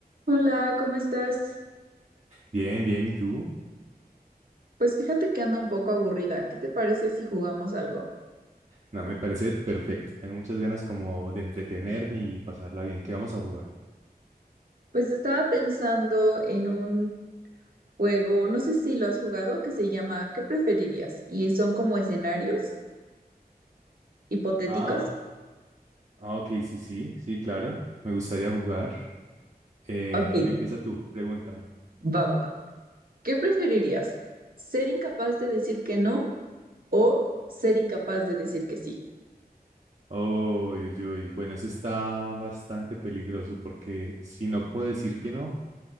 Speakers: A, on the right; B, on the right.
A: Hola, ¿cómo estás?
B: Bien, bien, ¿y tú?
A: Pues fíjate que ando un poco aburrida. ¿Qué te parece si jugamos algo?
B: No, me parece perfecto. Tengo muchas ganas como de entretenerme y pasarla bien. ¿Qué vamos a jugar?
A: Pues estaba pensando en un juego, no sé si lo has jugado, que se llama ¿Qué preferirías? Y son como escenarios hipotéticos.
B: Ah, ah, ok, sí, sí, sí, claro. Me gustaría jugar. Eh,
A: Ok,
B: empieza tú, pregúntame.
A: va, va, va. ¿Qué preferirías? ¿Ser incapaz de decir que no o ser incapaz de decir que sí?
B: Oh, uy, uy, uy. Bueno, eso está bastante peligroso porque si no puedo decir que no,